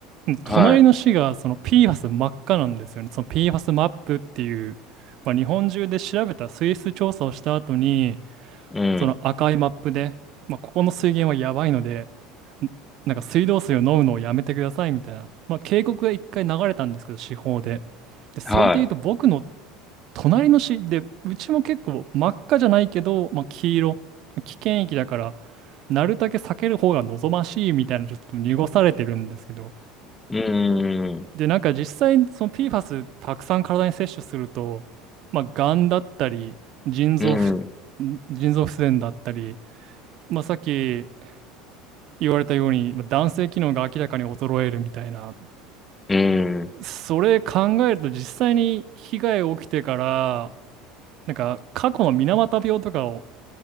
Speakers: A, on the right; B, on the left.
A: 隣の市がその
B: は
A: PFAS 真っ赤なんですよね。その PFAS マップっていう、まあ、日本中で調べた水質調査をした後に、
B: い。うん。
A: その赤いマップで、まあ、ここの水源はやばいので、んなんか水道水を飲むのをやめてくださいみたいな、まあ、警告が一回流れたんですけど、司法で。で、それで言うと僕の
B: は
A: 隣の市で、うちも結構真っ赤じゃないけど、まあ、黄色、危険域だから、なるだけ避ける方が望ましいみたいな、ちょっと濁されてるんですけど、
B: い。うん。
A: で、なんか実際、その PFAS たくさん体に摂取すると、まあ、がんだったり、腎臓不、
B: うん。
A: 腎臓不全だったり、まあ、さっき言われたように、まあ男性機能が明らかに衰えるみたいな、
B: うん。
A: それ考えると実際に被害が起きてから、なんか過去の水俣病とかを、